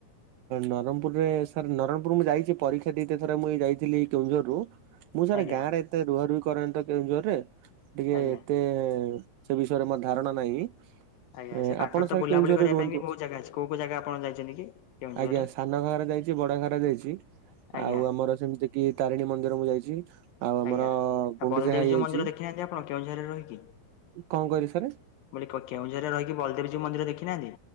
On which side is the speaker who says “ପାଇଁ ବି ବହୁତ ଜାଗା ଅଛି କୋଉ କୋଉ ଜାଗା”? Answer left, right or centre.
Left